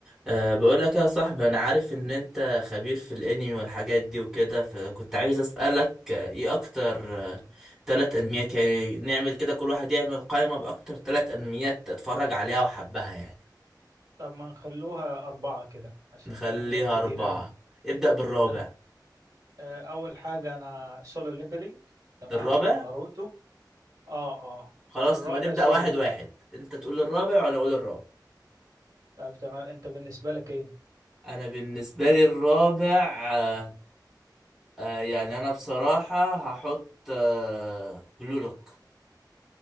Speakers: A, in the centre; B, on the right.
A: أه بقول لك يا صاحبي انا عارف ان انت خبير في الانمي والحاجات دي وكده فكنت عايز اسالك آه، ايه اكتر آه، تلات انميات يعني نعمل كده كل واحد يعمل قائمة باكتر تلات انميات اتفرج عليها وحبها يعني
B: طب ما نخلوها أربعة كده عشان
A: نخليها
B: في أنميات كتير
A: اربعة
B: أوي
A: ابدأ بالرابع
B: أنا آه، أول حاجة أنا سولو ليفلينج تمام
A: الرابع
B: ناروتو آه آه
A: خلاص
B: الرابع
A: نبقى نبدأ
B: سولو
A: واحد
B: ليفلينج
A: واحد انت تقول الرابع وانا اقول الرابع
B: طب تمام أنت بالنسبة لك إيه؟
A: انا بالنسبة لي الرابع آه، آه، يعني انا بصراحة هحط آه، بلولوك